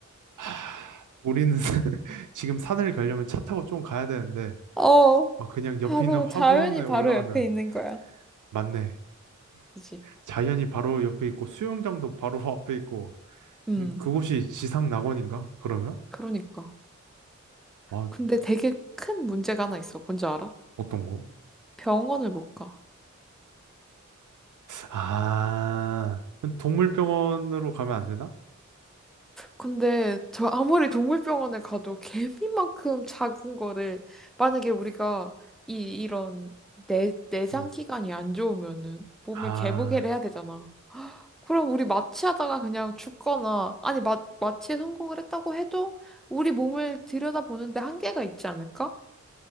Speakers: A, on the right (about 80°); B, in the centre.
A: 하, 우리는 <laughs> 지금 산을 가려면 차 타고 좀 가야 되는데
B: <laughs> 어,
A: 막 그냥 옆에
B: 바로
A: 있는 화분에
B: 자연이 바로
A: 올라가는
B: 옆에 있는 거야.
A: 맞네.
B: 그지?
A: 자연이 바로 옆에 있고 수영장도 바로 <laughs> 앞에 있고
B: 음,
A: 이- 그곳이 지상 낙원인가? 그러면?
B: 그러니까.
A: 아,
B: 근데 되게 큰 문제가 하나 있어. 뭔지 알아?
A: 어떤 거?
B: 병원을 못 가.
A: 아, 동물병원으로 가면 안 되나?
B: 근데 저 아무리 동물병원을 가도 개미만큼 작은 거를 만약에 우리가 이 이런 내 내장
A: 음.
B: 기관이 안 좋으면은 몸을
A: 아.
B: 개보개를 해야 되잖아. 그럼 우리 마취하다가 그냥 죽거나, 아니, 마, 마취에 성공을 했다고 해도 우리 몸을 들여다보는데 한계가 있지 않을까?